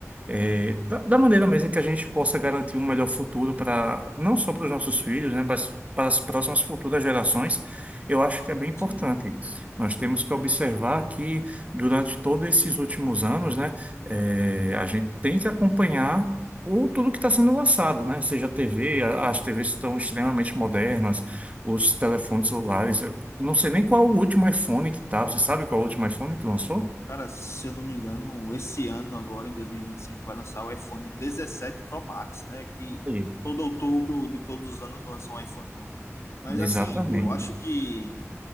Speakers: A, on the right; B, on the left.
A: é, da, da maneira mesmo que a gente possa garantir um melhor futuro para não só para os nossos filhos, né, mas para as próximas futuras gerações, eu acho que é bem importante.
B: sim.
A: Nós temos que observar que durante todos esses últimos anos, né, é, a gente tem que acompanhar o, tudo que está sendo lançado, né? Seja a TV, a- as TVs estão extremamente modernas, os telefones celulares. Eu não sei nem qual o último iPhone que tá. Você sabe qual é o último iPhone que lançou?
B: Cara, se eu não me engano, esse ano agora em 2025 vai lançar o iPhone 17 Pro Max, né? Que
A: Aí.
B: todo outubro de todos os anos lança um iPhone novo. Mas
A: Exatamente.
B: assim, eu acho que